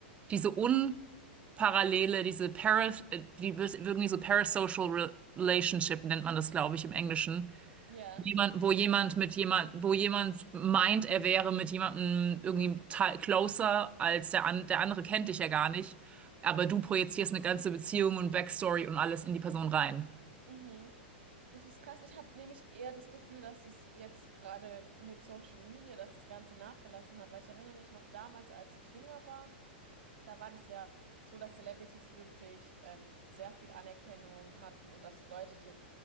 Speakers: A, on the right (about 20°); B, on the right (about 75°).
A: diese unparallele, diese Paras, äh, die wis- irgendwie so parasocial re relationship nennt man das, glaube ich, im Englischen.
B: ja.
A: Jemand, wo jemand mit jemand, wo jemand meint, er wäre mit jemandem irgendwie te- closer als der an, der andere kennt dich ja gar nicht. Aber du projizierst eine ganze Beziehung und Backstory und alles in die Person rein.
B: Mhm. Das ist krass. Ich habe nämlich eher das Gefühl, dass es jetzt gerade mit Social Media, dass das Ganze nachgelassen hat, weil ich erinnere mich noch damals, als ich jünger war, da war das ja so, dass Celebrities wirklich ähm, sehr viel Anerkennung hatten und dass Leute die